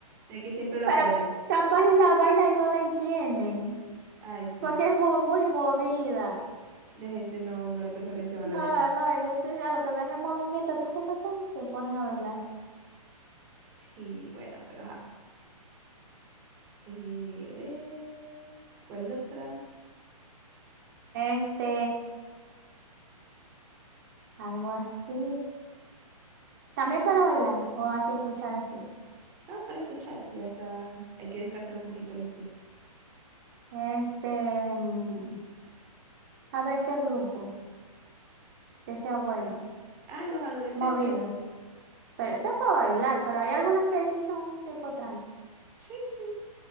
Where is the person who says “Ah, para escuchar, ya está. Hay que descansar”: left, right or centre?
Right